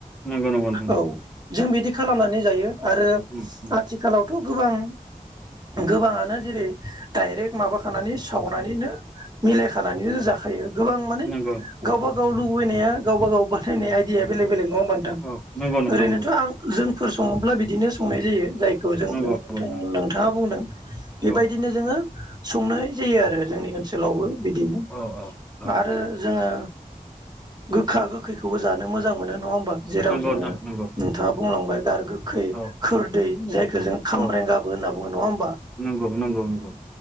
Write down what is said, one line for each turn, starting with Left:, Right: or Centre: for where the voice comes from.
Centre: नंगौ नंगौ नोंथां नंगौ
Right: औ जों बिदि खालामनानै
Centre: औ
Right: जायो आरो
Centre: उम उम
Right: आथिखालाव थ गोबां गोबाङानो जेरै डाइरेक्ट माबाखानानै सावनानैनो मिलायखानानैनो जाखायो गोबां माने
Centre: नंगौ
Right: गावबागा गाव लुबैनाया गावबा गाव बाथायनाय आइडिया बेलेग बेलग नङा बा नोंथां
Centre: औ नंगौ नोंथां
Right: ओरैनोथ'आं
Centre: नंगौ
Right: जों फोर सङोब्ला बिदिनो संनाय जायो जाय खौ जों
Centre: नंगौ
Right: नों
Centre: नंगौ
Right: थां
Centre: नोंथां
Right: नोंथाङा बुंदों बेबायदिनो
Centre: औ
Right: जोङो संनाय जायो आरो जोंनि ओनसोलावबो बिदिनो
Centre: औ औ औ
Right: आरो जोङो गोखा गोखैखौबो जानो मोजां मोनो नङा होन बा जेराव
Centre: नंगौ
Right: जोङो
Centre: नोंथां नंगौ
Right: नोंथाङा बुंलांबाय <unintelligible> खै
Centre: औ
Right: खोरदै जायखौ जों खामब्रें
Centre: औ
Right: गाबो होनना बुङो नङा होमबा?
Centre: नंगौ नंगौ नंगौ